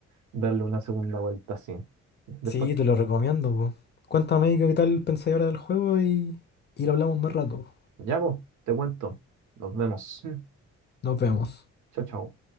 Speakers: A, on the right; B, on the left.
A: darle una segunda vuelta así. Después,
B: Sí, te lo recomiendo, pues. Cuéntame qué tal pensáis ahora del juego y, y lo hablamos más rato.
A: ya vos, te cuento. Nos vemos. Mm.
B: Nos vemos.
A: Chao, chao.